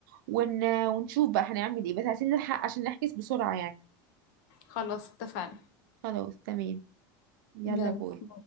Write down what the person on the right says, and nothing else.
ون... ونشوف بقى هنعمل ايه بس عايزين نلحق عشان نحجز بسرعة يعني
خلاص تمام يلا
باي